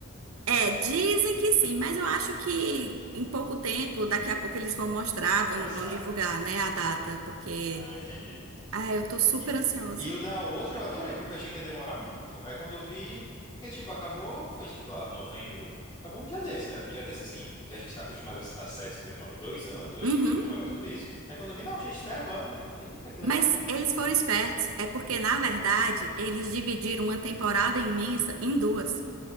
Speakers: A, on the right; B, on the left.
A: É, dizem que sim, mas eu acho que em pouco tempo, daqui a pouco eles vão mostrar, vão,
B: Já sai,
A: vão divulgar,
B: né?
A: né, a data, porque.
B: Ah, entendi.
A: Ah, eu tô super
B: E,
A: ansiosa.
B: e- e o da outra eu adorei, porque eu achei que ia demorar muito. Aí quando eu vi, que tipo, acabou, foi tipo lá, novembro. Acabou um dia desse, né? Um dia desse assim, que a gente tá acostumado às às séries que demoram dois anos, eu
A: Uhum.
B: achei que ia demorar tudo isso. Aí quando eu vi, não, já estreia agora. Eu, eita, que
A: Mas
B: legal.
A: eles foram espertos. É porque, na verdade, eles dividiram uma temporada imensa em duas.